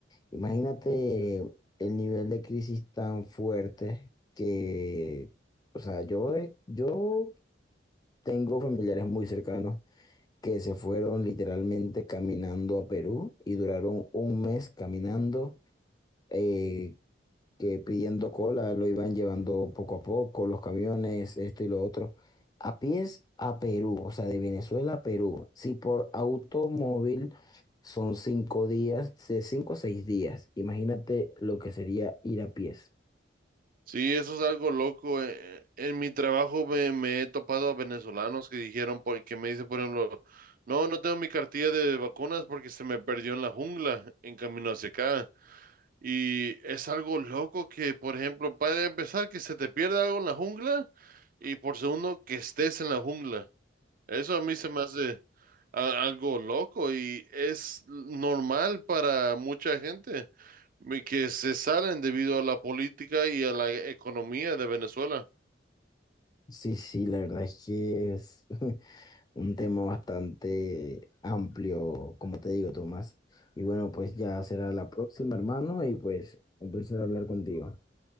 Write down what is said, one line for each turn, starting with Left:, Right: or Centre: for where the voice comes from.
Left: Imagínate el nivel de crisis tan fuerte que, o sea, yo, he- yo tengo familiares muy cercanos que se fueron literalmente caminando a Perú y duraron un mes caminando. eh, que pidiendo cola lo iban llevando poco a poco, los camiones, esto y lo otro, a pies a Perú, o sea, de Venezuela a Perú. Si por automóvil son cinco días, de cinco o seis días, imagínate lo que sería ir a pies.
Right: Sí, eso es algo loco. eh, eh, En mi trabajo me, me he topado a venezolanos que dijeron, por- que me dicen, por ejemplo, no, no tengo mi cartilla de vacunas porque se me perdió en la jungla en camino hacia acá. Y es algo loco que, por ejemplo, para empezar, que se te pierda algo en la jungla y por segundo, que estés en la jungla. Eso a mí se me hace a- algo loco y es normal para mucha gente mi- que se salen debido a la política y a la economía de Venezuela.
Left: Sí, sí, la verdad es que es <laughs> un tema bastante amplio, como te digo, Tomás. Y bueno, pues ya será la próxima, hermano, y pues un placer hablar contigo.